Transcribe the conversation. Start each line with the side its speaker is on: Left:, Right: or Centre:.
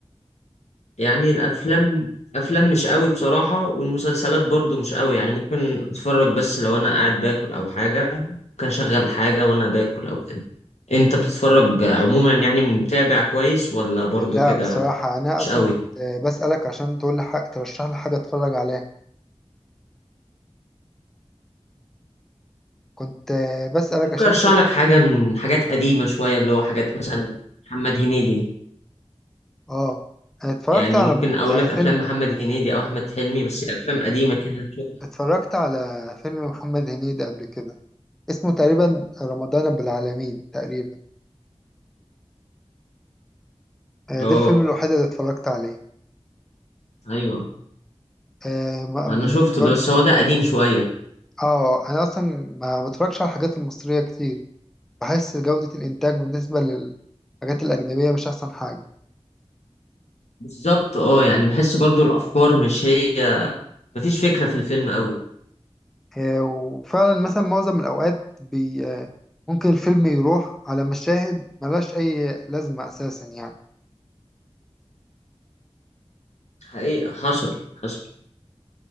Left: يعني الافلام افلام مش قوي بصراحة والمسلسلات برضو مش قوي يعني ممكن اتفرج بس لو انا قاعد باكل او حاجة كان شغل حاجة وانا باكل او كده انت بتتفرج عموما يعني متابع كويس ولا برضو
Centre: لا
Left: كده
Centre: بصراحة انا
Left: مش
Centre: اصلا
Left: قوي
Centre: كنت آه، بسألك عشان تقول لي حاجة ترشح لي حاجة اتفرج عليها كنت آه، بسألك
Left: ممكن
Centre: عشان
Left: ارشح
Centre: اشوف
Left: لك حاجة من حاجات قديمة شوية اللي هو حاجات مثلا محمد هنيدي
Centre: اه اتفرجت
Left: يعني
Centre: على
Left: ممكن اقول
Centre: على
Left: لك
Centre: فيلم
Left: افلام محمد هنيدي او احمد حلمي بس افلام قديمة كده تشوفها
Centre: اتفرجت على فيلم محمد هنيدي قبل كده اسمه تقريبا رمضان بالعالمين تقريبا آه،
Left: اه
Centre: ده الفيلم الوحيد اللي اتفرجت عليه
Left: ايوه
Centre: آه ما-
Left: انا
Centre: بن-
Left: شفته
Centre: ب-
Left: ده بس هو ده قديم شوية
Centre: آه، انا اصلا ما بتفرجش على الحاجات المصرية كتير بحس جودة الانتاج بالنسبة للحاجات الاجنبية مش احسن حاجة
Left: بالظبط اه يعني بحس برضو الافكار مش هي مفيش فكره في الفيلم قوي
Centre: آه وفعلا مثلا معظم الاوقات بي آه ممكن الفيلم يروح على مشاهد ملهاش اي لازمة اساسا يعني
Left: حقيقة حصل حصل